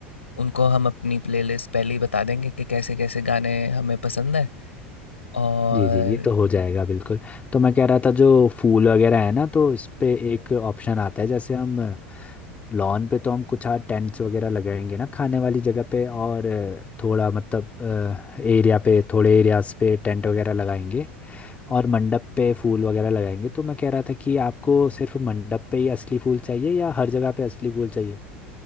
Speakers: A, on the left; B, on the left.
A: उनको हम अपनी प्लेलिस्ट पहले ही बता देंगे कि कैसे-कैसे गाने हमें पसंद हैं और
B: जी जी ये तो हो जाएगा बिल्कुल तो मैं कह रहा था जो फूल वगैरह है ना तो इस पे एक ऑप्शन आता है जैसे हम लॉन पे तो हम कुछ हाँ टेंट्स वगैरह लगाएंगे ना खाने वाली जगह पे और अ, थोड़ा मतलब एरिया पे थोड़े एरियाज पे टेंट वगैरह लगाएंगे और मंडप पे फूल वगैरह लगाएंगे तो मैं कह रहा था कि आपको सिर्फ मंडप पे ही असली फूल चाहिए या हर जगह पे असली फूल चाहिए